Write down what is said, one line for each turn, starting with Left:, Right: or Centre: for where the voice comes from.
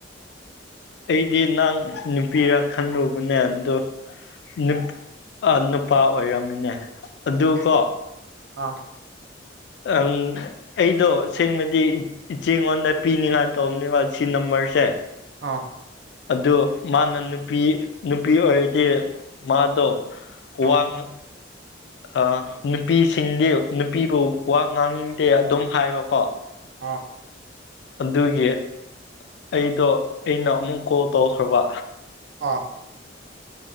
Left: ꯑꯩꯗꯤ ꯅꯪ ꯅꯨꯄꯤꯔ ꯈꯜꯂꯨꯕꯅꯦ ꯑꯗꯨ ꯅꯨꯄꯥ ꯅꯨꯄꯥ ꯑꯣꯏꯔꯝꯃꯤꯅꯦ ꯑꯗꯨꯀꯣ
Right: ꯑꯥ
Left: ꯑꯪ ꯑꯩꯗꯣ ꯁꯦꯡꯅꯗꯤ ꯏꯆꯦꯉꯣꯟꯗ ꯄꯤꯅꯤꯉꯥꯏꯅ ꯇꯧꯕꯅꯦꯕ ꯁꯤ ꯅꯝꯕꯔꯁꯦ
Right: ꯑꯥ
Left: ꯑꯗꯨ ꯃꯥꯅ ꯅꯨꯄꯤ ꯅꯨꯄꯤ ꯑꯣꯏꯔꯗꯤ ꯃꯥꯗꯣ ꯋꯥꯡ
Right: ꯑꯥ
Left: ꯑꯅꯨꯄꯤꯁꯤꯡꯗꯤ ꯅꯨꯄꯤꯕꯨ ꯋꯥ ꯉꯥꯡꯅꯤꯡ ꯇꯦ ꯑꯗꯨꯝ ꯍꯥꯏꯕꯀꯣ
Right: ꯑꯥ
Left: ꯑꯗꯨꯒꯤ ꯑꯩꯗꯣ ꯑꯩꯅ ꯑꯃꯨꯛ ꯀꯣꯜ ꯇꯧꯈ꯭ꯔꯕ
Right: ꯑꯥ